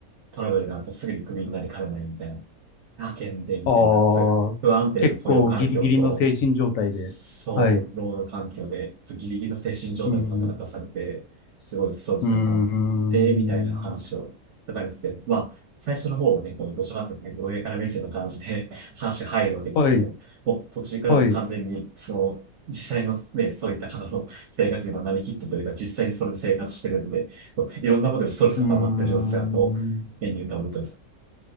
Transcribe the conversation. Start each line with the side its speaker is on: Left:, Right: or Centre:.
Right: トラブルがあるとすぐにクビになりかねないみたいな、派遣でみたいな、
Left: ああ
Right: そういう不安定な雇用環境と、
Left: ー、結構ギリギリの精神状態で。
Right: そう、
Left: はい。
Right: 労働環境で、そうギリギリの精神状態で働かされて、
Left: うん。
Right: すごいストレスが溜まって、
Left: うーん。
Right: みたいな話を、とかですね。まあ、最初の方はね、こう、どちらかというとね、上から目線の感じで <laughs> 話が入るわけですけど、
Left: はい、
Right: もう途中からも完全に、
Left: はい。う
Right: その、実際のね、そういった方の生活にもなりきったというか、実際にそれで生活してるんで、こういろんなことでストレスが溜まってる様子が、
Left: ーん。
Right: こう、目に浮かぶと。